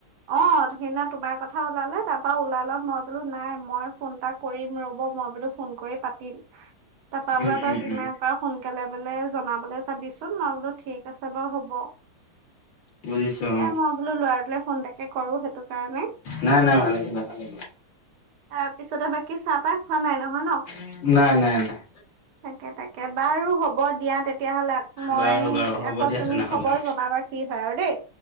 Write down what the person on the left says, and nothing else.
উম
উম
উম
বুজিছো
অ
নাই নাই ভালে কৰিলা ভালে
কৰিলা নাই নাই নাই
বাৰু বাৰু হ'ব
দিয়া
তেনেহ'লে
আৰু